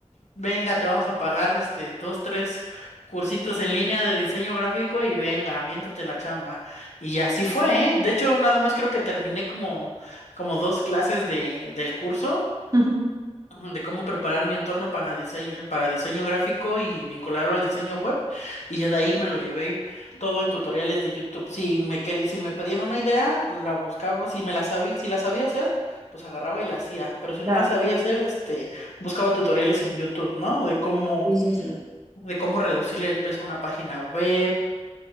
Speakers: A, on the left; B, on the right.
A: venga, te vamos a pagar este, dos, tres cursitos en línea de diseño gráfico y venga, aviéntate la chamba. Y así fue, ¿eh? De hecho, nada más creo que terminé como, como dos clases de, del curso
B: <laughs>
A: Ajá, de cómo preparar mi entorno para diseño, para diseño gráfico y vincularlo al diseño web. Y ya de ahí me lo llevé todo en tutoriales de YouTube. Si me querí- si me pedían una idea, la buscaba. Si me la sabía, si la sabía hacer, pues agarraba y la hacía. Pero si no
B: Claro,
A: la sabía hacer, este, buscaba tutoriales en YouTube, ¿no? De cómo,
B: sí, sí, sí.
A: de cómo reducirle el peso a una página web,